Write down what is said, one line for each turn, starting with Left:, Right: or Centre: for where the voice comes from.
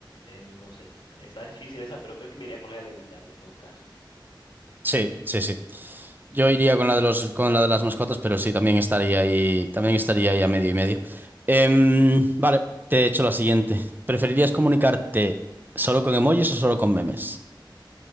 Left: Eh, no sé, está difícil esa, pero creo que me iría con la de levitar en todo caso.
Right: Sí, sí, sí. Yo iría con la de los, con la de las mascotas, pero sí, también estaría ahí, también estaría ahí a medio y medio. Em, vale, te he hecho la siguiente. ¿Preferirías comunicarte solo con emojis o solo con memes?